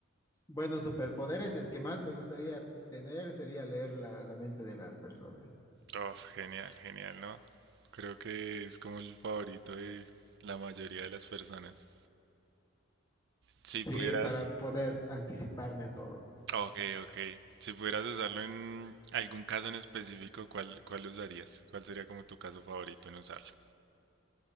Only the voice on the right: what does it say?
Oh, genial, genial, ¿no? Creo que es como el favorito de la mayoría de las personas. Si
pudieras,
ok, ok. Si pudieras usarlo en algún caso en específico, ¿cuál, cuál usarías? ¿Cuál sería como tu caso favorito en usarlo?